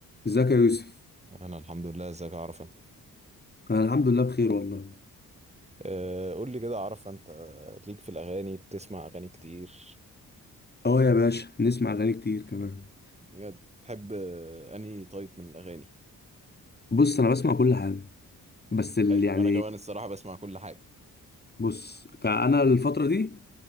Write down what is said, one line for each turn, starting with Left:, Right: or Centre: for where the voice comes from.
Left: ازيك يا يوسف
Right: انا الحمد لله ازيك يا عرفة انت
Left: انا الحمد لله بخير والله
Right: أه قول لي كده يا عرفة انت ليك في الاغاني بتسمع اغاني كتير
Left: اه يا باشا نسمع اغاني كتير كمان
Right: بجد تحب آه، انهي طيب من الاغاني
Left: بص انا بسمع كل حاجه بس ال
Right: حلو
Left: يعني
Right: انا كمان الصراحة بسمع كل حاجة
Left: بص ك- انا الفتره دي